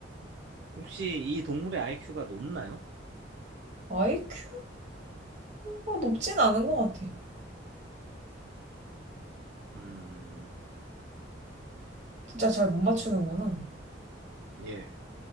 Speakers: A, on the right; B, on the right.
A: 혹시 이 동물의 아이큐가 높나요?
B: 아이큐가 높진 않은 것 같아.
A: 음,
B: 진짜 잘 못 맞추는구나.
A: 예.